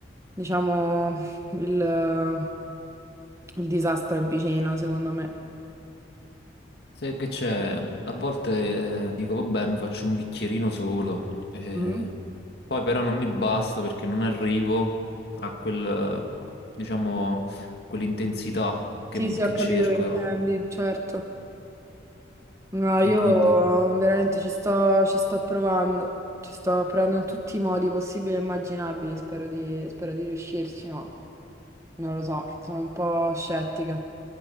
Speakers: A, on the right; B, on the left.
A: diciamo, il, il disastro è vicino, secondo me.
B: Sai che c'è? A volte eh, dico, vabbè, mi faccio un bicchierino solo, eh,
A: Mhm.
B: poi però non mi basta perché non arrivo a quel, diciamo, quell'intensità che,
A: Sì, sì,
B: che
A: ho capito
B: cerco.
A: che intendi, certo. No, io
B: E quindi.
A: veramente ci sto, ci sto provando, ci sto provando in tutti i modi possibili e immaginabili, spero di, spero di riuscirci, ma non lo so, sono un po' scettica.